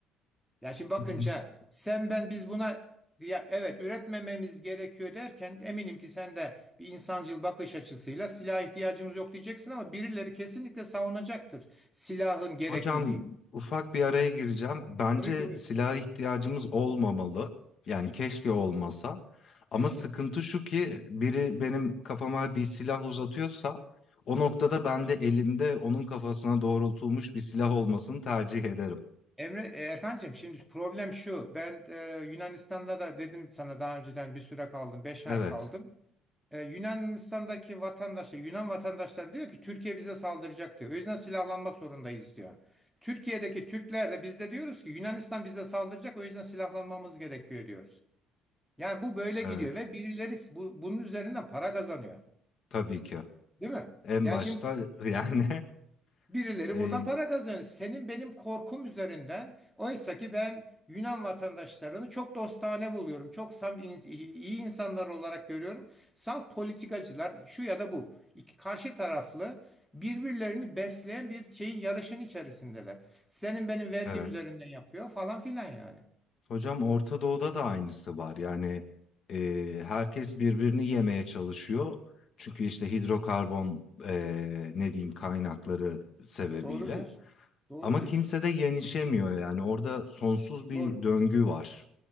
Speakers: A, in the centre; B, on the left.
A: Yani şimdi bakınca
B: <laughs>
A: sen ben biz buna ya evet üretmememiz gerekiyor derken eminim ki sen de bir insancıl bakış açısıyla silah ihtiyacımız yok diyeceksin ama birileri kesinlikle savunacaktır silahın gerekliliğini.
B: Hocam ufak bir araya gireceğim. Bence
A: Tabii ki buyur.
B: silaha ihtiyacımız olmamalı. Yani keşke olmasa. Ama
A: Keşke.
B: sıkıntı şu ki biri benim kafama bir silah uzatıyorsa o noktada ben de elimde onun kafasına doğrultulmuş bir silah olmasını tercih ederim.
A: Emre e, Erkancığım şimdi problem şu. Ben e, Yunanistan'da da dedim sana daha önceden bir süre kaldım. beş
B: Evet,
A: ay kaldım. E, Yunanistan'daki vatandaşlar, Yunan vatandaşları diyor ki Türkiye bize saldıracak diyor. O yüzden silahlanmak zorundayız diyor. Türkiye'deki Türkler de biz de diyoruz ki Yunanistan bize saldıracak o yüzden silahlanmamız gerekiyor diyoruz. Yani bu böyle gidiyor
B: evet.
A: ve birileri bu, bunun üzerinden para kazanıyor.
B: Tabii ki.
A: Değil mi?
B: En
A: Yani
B: başta
A: şimdi
B: yani
A: Birileri
B: <laughs> e,
A: buradan para kazanır. Senin benim korkum üzerinden. Oysa ki ben Yunan vatandaşlarını çok dostane buluyorum. Çok sam in- iyi insanlar olarak görüyorum. Salt politikacılar şu ya da bu. İki karşı taraflı birbirlerini besleyen bir şeyin yarışın içerisindeler. Senin benim vergim
B: evet.
A: üzerinden yapıyor falan filan yani.
B: Hocam Orta Doğu'da da aynısı var. Yani e, herkes birbirini yemeye çalışıyor. Çünkü işte hidrokarbon e, ne diyeyim kaynakları sebebiyle.
A: Doğru diyorsun. Doğru
B: Ama
A: diyorsun.
B: kimse de yenişemiyor yani orada sonsuz bir
A: Doğru.
B: döngü var.